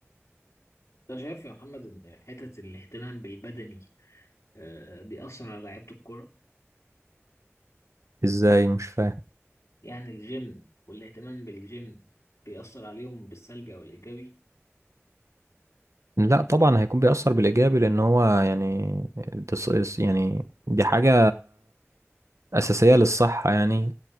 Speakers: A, on the left; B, on the right.
A: انت شايف يا محمد ان حتة الاهتمام بالبدني آه، بيأثر على لعيبة الكرة
B: ازاي مش فاهم
A: يعني الجيم والاهتمام بالجيم بيأثر عليهم بالسلبي أو الإيجابي
B: لا طبعا هيكون بيأثر بالإيجابي لأن هو يعني دس- يعني دي حاجة أساسية للصحة يعني